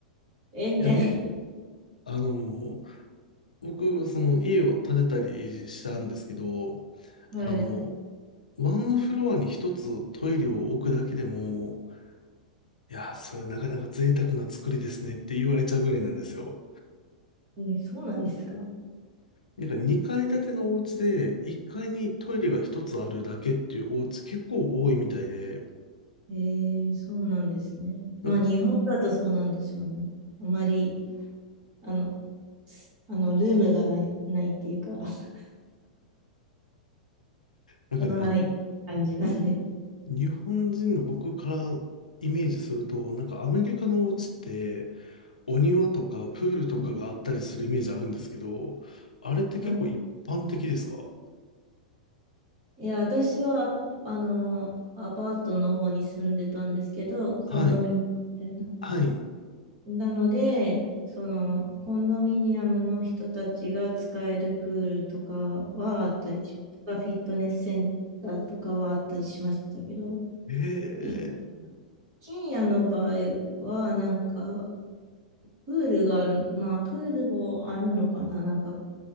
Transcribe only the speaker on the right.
えみたい
な。
<laughs> はい。
えーそうなんですか。
えー、そうなんですね。
まあ、日本だとそうなんでしょうね。あまりあの、すあの、ルームがない、ないっていうか、<laughs>
狭い感じなんで。
はいいや、私はアパ、あの、アパートの方に住んでたんですけど、コンドミニアムみたいな。
なので、その、コンドミニアムの人たちが使えるプールとかはあったりし、とかフィットネスセンターとかはあったりしましたけど、
一軒家の場合は、なんか、プールがある、まあ、プールもあるのかな、なんか、